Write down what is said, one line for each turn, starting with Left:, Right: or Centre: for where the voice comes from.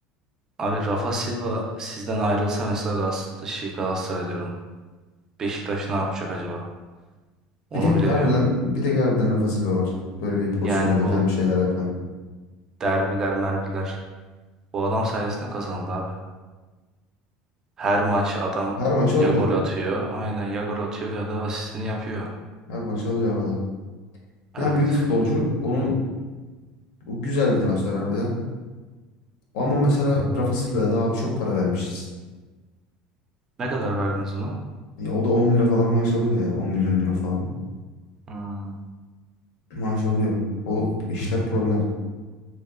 Right: Abi Rafa Silva sizden ayrılsa mesela Galatasaray, şey Galatasaray diyorum. Beşiktaş ne yapacak acaba? Onu
Left: Bir tek
Right: bilemiyorum.
Left: harbiden, bir tek harbiden Rafa Silva var. Böyle bir pozisyon
Right: Yani
Left: üreten
Right: bu
Left: bir şeyler yapan.
Right: derbiler, merbiler bu adam sayesinde kazanıldı abi. Her maç adam
Left: Her maçı
Right: ya
Left: alıyor.
Right: gol atıyor, aynen ya gol atıyor ya da asistini yapıyor.
Left: Her maçı alıyor bu adam.
Right: Evet.
Left: Yani büyük futbolcu. Onu o güzel bir transfer harbiden. Ama mesela Rafa Silva'ya da abi çok para vermişiz.
Right: Ne kadar verdiniz buna?
Left: Ya o da 10 lira falan maaş alıyor ya. 10 milyon euro falan
Right: Hmm,
Left: maaş alıyor. O işler problem.